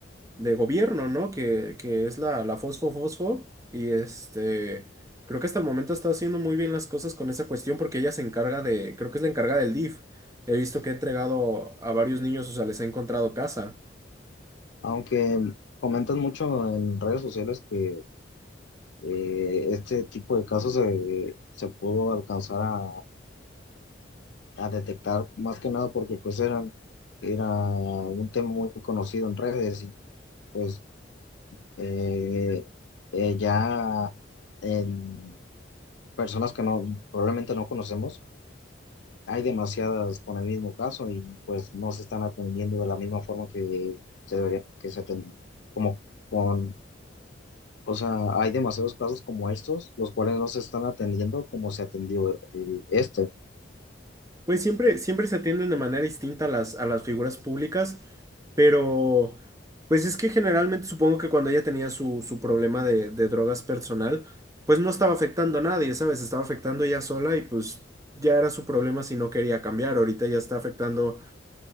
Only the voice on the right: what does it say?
de gobierno, ¿no? Que, que es la, la Fosfo Fosfo. Y este, creo que hasta el momento está haciendo muy bien las cosas con esa cuestión porque ella se encarga de, creo que es la encargada del DIF. He visto que ha entregado a varios niños, o sea, les ha encontrado casa.
Pues siempre, siempre se atienden de manera distinta a las, a las figuras públicas, pero pues es que generalmente supongo que cuando ella tenía su, su problema de, de drogas personal, pues no estaba afectando a nadie, ¿sabes? Estaba afectando ella sola y pues ya era su problema si no quería cambiar. Ahorita ya está afectando